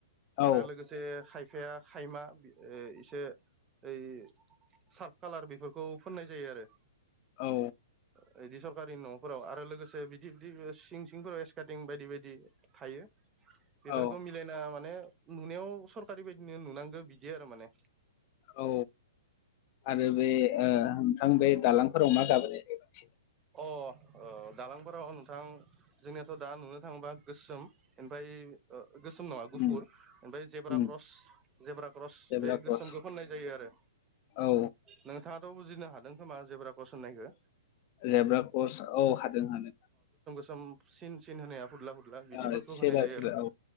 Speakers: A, on the left (about 40°); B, on the right (about 20°).
A: औ
B: आरो लोगोसे खायफाया खायमा ओ इसे ओइ सार्फ कालार बेफोरखौ फोननाय जायो आरो।
A: औ
B: बिदि सरकानि न'फोराव आरो लोगोसे बिदि बिदि सिं सिंफोराव स्काटिं बायदि बायदि थायो बेफोरखौ
A: औ
B: मिलायना माने नुनायाव सरकारि बायदिनो नुनांगो बिदि आरो माने।
A: औ आरो बे ओ नोंथां बे दालांफोराव मा गाब होनाय जायो बांसिन?
B: अ ओ दालांफोराव नोंथां जोंनियाथ' दा नुनो थाङोबा गोसोम ओमफाय ओ गोसोम नङा गुफुर
A: उम
B: ओमफ्राय zebra
A: um
B: cross zebra cross
A: जेब्रा
B: बे
A: क्रस
B: गोसोमखौ फोननाय जायो आरो।
A: औ
B: नोंथाङाथ' बुजिनो हादों खोमा जेब्रा क्रस होननायखो?
A: जेब्रा कर्स औ हादों हादों।
B: सोम सिन सिन होनाया फुरला फुरला बिदिफोरखौ
A: ओ सिला
B: होनाय जायो
A: सिला
B: आरो।
A: औ